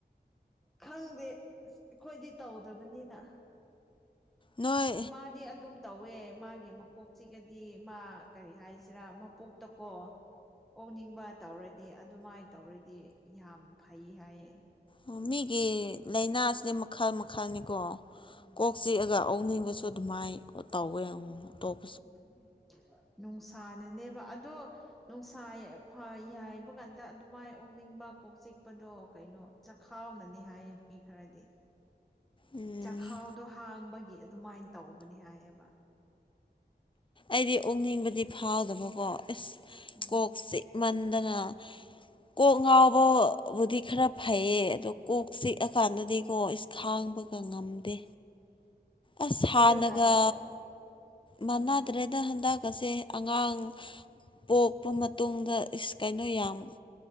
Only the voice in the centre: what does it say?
ꯈꯪꯗꯦ ꯑꯁ ꯑꯩꯈꯣꯏꯗꯤ ꯇꯧꯗꯕꯅꯤꯅ
ꯏꯃꯥꯗꯤ ꯑꯗꯨꯝ ꯇꯧꯋꯦ ꯃꯥꯒꯤ ꯃꯀꯣꯛ ꯆꯤꯛꯑꯗꯤ ꯃꯥ ꯀꯔꯤ ꯍꯥꯏꯁꯤꯔ ꯃꯄꯨꯛ ꯇꯀꯣ ꯑꯣꯛꯅꯤꯡꯕ ꯇꯧ <inaudible> ꯗꯤ ꯑꯗꯨꯃꯥꯏ ꯇꯧꯔꯗꯤ ꯌꯥꯝ ꯐꯩ ꯍꯥꯏꯌꯦ
ꯎꯝ
ꯎꯝ ꯅꯨꯡꯁꯥꯅꯅꯦꯕ ꯑꯗꯣ ꯅꯨꯡꯁꯥ ꯐ ꯌꯥꯏꯕ ꯀꯥꯟꯗ ꯑꯗꯨꯃꯥꯏ ꯑꯣꯛꯅꯤꯡꯕ ꯀꯣꯛ ꯆꯤꯛꯄꯗꯣ ꯀꯩꯅꯣ ꯆꯈꯥꯎꯅꯅꯦ ꯍꯥꯏꯌꯦ ꯃꯤ ꯈꯔꯗꯤ
ꯆꯈꯥꯎꯗꯣ ꯍꯥꯡꯕꯒꯤ ꯑꯗꯨꯃꯥꯏ ꯇꯧꯕꯅꯦ ꯍꯥꯏꯌꯦꯕ
ꯎꯝ
ꯎꯝ
ꯑꯗꯨꯒ ꯎꯝ